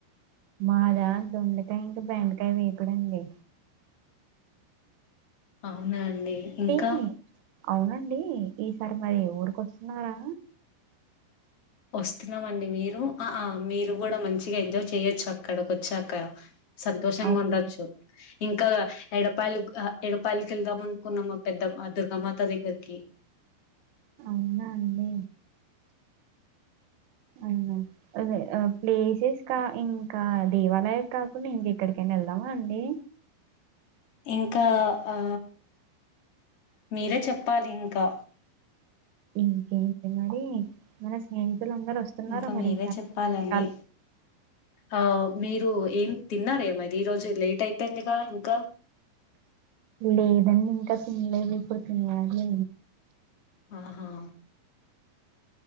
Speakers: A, on the right; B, on the left.
A: మారా దొండకాయ ఇంక బెండకాయ వేపిడండి
B: అవునా అండి ఇంకా
A: ఏ అవునండి ఈసారి మరి ఊరిక వస్తున్నారా
B: వస్తున్నామండి మీరు ఆ మీరు కూడా మంచిగా ఎంజాయ్ చెయొచ్చు అక్కడకి వచ్చాక సంతోషంగా
A: అవునా
B: ఉండొచ్చు ఇంకా ఎడపాయలు ఎడపాయలకి వెళ్దాం అనుకున్నాము పెద్దమ్ దుర్గామాత దగ్గరికి
A: అవునా అండి అవునా అదే ప్లేసెస్ ఇంకా ఇంకా దేవాలయ కాకుండా ఇంక ఇక్కడికైనా వెళ్దామా అండి
B: ఇంకా ఆ మీరే చెప్పాలి ఇంకా
A: ఉ ఉ మరి మానేసే మీరందరు వస్తున్నారు
B: ఇంకా
A: మరి
B: మీరే
A: దాల్
B: చెప్పాలండి
A: దాల్
B: ఆ మీరు ఏం తిన్నారే మరి ఈ రోజు లేట్ అయితందిగా ఇంకా
A: లేదండి ఇంకా తినలేదు ఇప్పుడు తినాలి
B: ఆహా